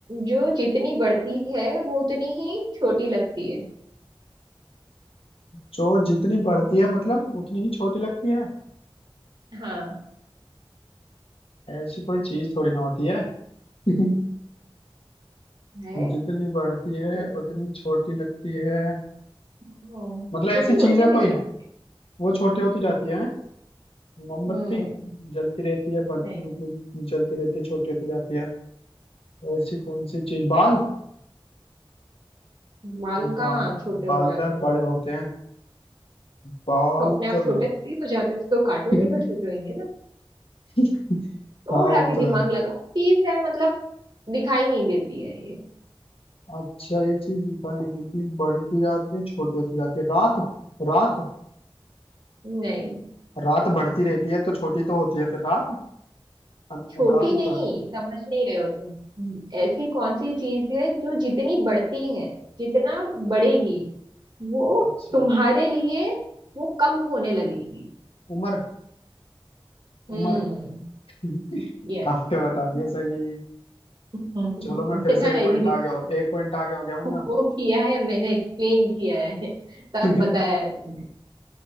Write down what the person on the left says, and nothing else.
जो जितनी बढ़ती है मतलब उतनी ही छोटी लगती है
ऐसी कोई चीज थोड़ी ना होती है <laughs>
जितनी बढ़ती है
उतनी छोटी लगती है
मतलब
ऐसी चीज
है
कोई
वो छोटी होती जाती है मोमबत्ती
जलती रहती है बढ़ती
मतलब जलती रहती है छोटी होती जाती है ऐसी कौन सी चीज बाल
बा,
बाल
तो यार
बड़े होते हैं बाल
तो
नहीं
<laughs>
हाँ वो
तो
है
अच्छा ये चीज दिखाई नहीं देती बढ़ती जाती है छोटी होती जाती है रात रात
रात बढ़ती रहती है तो छोटी तो होती है फिर रात अन-
रात ही
तो है
अच्छा
उम्र
उम्र <laughs>
आपने बता दिया सही
चलो मैं
फिर से एक
पॉइंट आगे हो एक पॉइंट आगे हो गया हूँ
मैं अब।
<laughs>